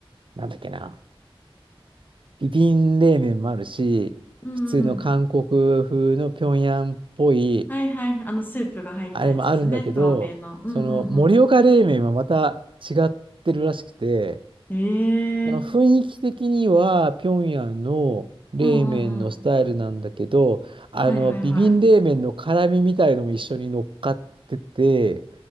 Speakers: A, on the right (about 60°); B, on the left (about 20°).
A: なんだっけな、ビビン冷麺もあるし、
B: うんうん
A: 普通の韓国風の平壌っぽい、
B: はいはい。あの、スープが入ったやつですよね。
A: あれもあるんだけど、
B: 透明の。うんうん
A: その盛岡冷麺はまた違ってるらしくて、
B: う
A: その雰囲気的には平壌の冷麺のスタイルなんだけど、
B: ん。ええうんうんうん。
A: あの、
B: はいはいはい。
A: ビビン冷麺の辛みみたいのも一緒に乗っかってて、